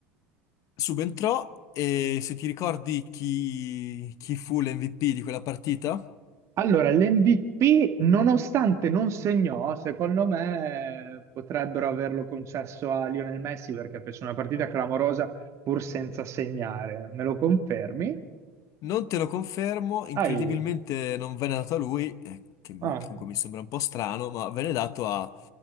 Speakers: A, on the left; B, on the right.
A: Subentrò e se ti ricordi chi, chi fu l'MVP di quella partita?
B: Allora, l'MVP, nonostante non segnò, secondo me eh, potrebbero averlo concesso a Lionel Messi perché fece una partita clamorosa pur senza segnare. Me lo confermi?
A: Non te lo confermo, incredibilmente
B: Hai-
A: non venne dato a lui, eh, che mi-
B: Ah,
A: comunque mi sembra un po' strano, ma venne dato a